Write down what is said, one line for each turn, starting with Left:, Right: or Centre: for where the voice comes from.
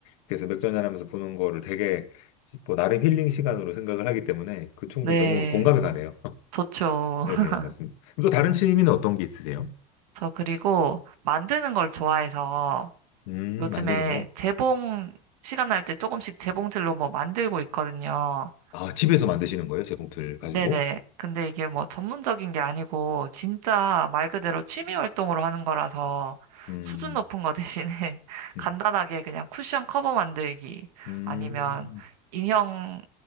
Left: 그래서 맥주 한잔하면서 보는 거를 되게 뭐 나름 힐링 시간으로 생각을 하기 때문에 그 충분히
Right: 네,
Left: 너무 공감이 가네요. <laughs>
Right: 좋죠.
Left: 네네,
Right: <laughs>
Left: 맞습니다. 또 다른 취미는 어떤 게 있으세요?
Right: 저 그리고 만드는 걸 좋아해서
Left: 음,
Right: 요즘에
Left: 만드는 거.
Right: 재봉 시간 날 때 조금씩 재봉틀로 뭐 만들고 있거든요.
Left: 아, 집에서 만드시는 거예요? 재봉틀 가지고?
Right: 네네. 근데 이게 뭐 전문적인 게 아니고 진짜 말 그대로 취미 활동으로 하는 거라서
Left: 음,
Right: 수준 높은 거 대신에 <laughs>
Left: 음,
Right: 간단하게 그냥 쿠션 커버 만들기
Left: 음.
Right: 아니면 인형